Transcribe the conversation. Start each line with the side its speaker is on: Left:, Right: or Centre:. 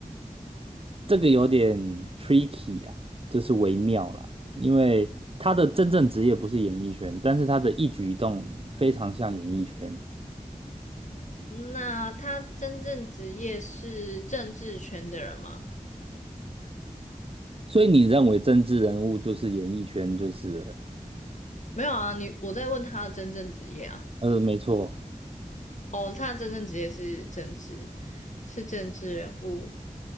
Right: 这个有点 tricky 啦，就是微妙啦，因为他的真正职业不是演艺圈，但是他的一举一动非常像演艺圈，
Left: 那他真正职业是政治圈的人吗？
Right: 所以你认为政治人物就是演艺圈就是了
Left: 没有啊，你我在问他的真正职业啊。
Right: 呃，没错，
Left: 哦，他的真正职业是政治，是政治人物，